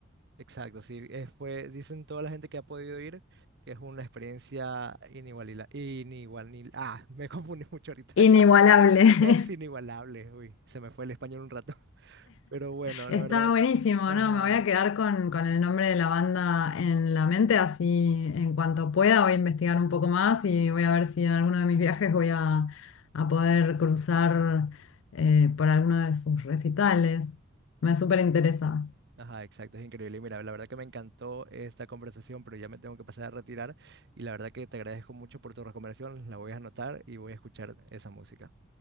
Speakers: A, on the right (about 55°); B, on the left (about 65°).
A: Exacto, sí, eh, fue, dicen toda la gente que ha podido ir que es una experiencia inigualable. inigualil- ah, <laughs> me confundí mucho ahorita,
B: Inigualable.
A: <laughs> es
B: <laughs>
A: inigualable, uy, se me fue el español un rato, <laughs> pero bueno,
B: Está
A: la verdad,
B: buenísimo,
A: ajá,
B: ¿no? Me voy a quedar con, con el nombre de la banda en la mente, así en cuanto pueda voy a investigar un poco más y voy a ver si en alguno de mis viajes voy a, a poder cruzar eh, por alguno de sus recitales. Me súper
A: ex-
B: interesa.
A: ajá, exacto, es increíble, y mira, la verdad que me encantó esta conversación, pero ya me tengo que pasar a retirar, y la verdad que te agradezco mucho por tu recomendación, la voy a anotar y voy a escuchar esa música,